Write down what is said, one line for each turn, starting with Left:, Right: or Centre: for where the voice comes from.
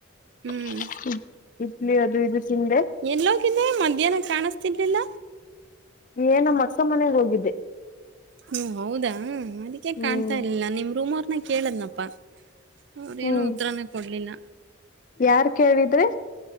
Right: ಹ್ಮ್
Left: <unintelligible> ಇಡ್ಲಿ ಅದು ಇದು ತಿಂದೆ
Right: ಎಲ್ಲೋಗಿದ್ದೆ ಮಧ್ಯಾಹ್ನ ಕಾಣಸ್ತಿರ್ಲಿಲ್ಲ
Left: ಏನ ಮಸ ಮನೆಗ್ ಹೋಗಿದ್ದೆ
Right: ಹ್ಮ ಹೌದಾ ಅದಕ್ಕೆೇ
Left: ಹ್ಮ್
Right: ಕಾಣ್ತಾ ಇಲಿಲ್ಲ ನಿಮ್ ರೂಮ್ ಅವರ್ನ ಕೇಳದ್ನಪ್ಪಾ ಅವ್ರೇನು
Left: ಹ್ಮ್
Right: ಉತ್ತರಾನೇ ಕೊಡ್ಲಿಲ್ಲ
Left: ಯಾರ್ ಕೇಳಿದ್ರಿ